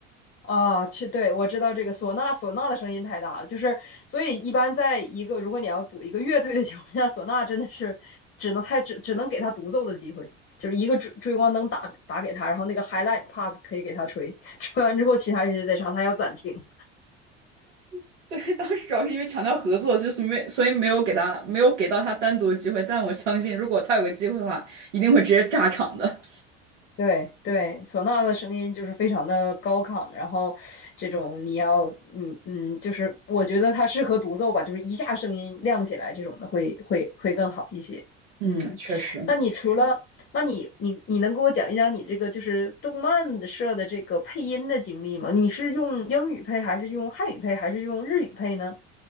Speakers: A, on the left; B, on the right.
A: 啊！去，对我知道这个唢呐，唢呐的声音太大了，就是所以一般在一个如果你要组一个乐队的情况下，唢呐真的是只能他只只能给他独奏的机会，就是一个追追光灯打打给他，然后那个 highlight pass 可以给他吹，吹完之后其他乐器再上，他要暂停。
B: <laughs> 对，当时主要是因为强调合作，就是没，所以没有给他没有给到他单独的机会。但我相信，如果他有个机会的话，一定会直接炸场的。
A: 对对，唢呐的声音就是非常的高亢，然后这种你要，你嗯，就是我觉得它适合独奏吧，就是一下声音亮起来这种的会会会更好一些。
B: 嗯，
A: 嗯，
B: 确实。
A: 那你除了，那你你你能给我讲一讲你这个就是动漫社的这个配音的经历吗？你是用英语配，还是用汉语配，还是用日语配呢？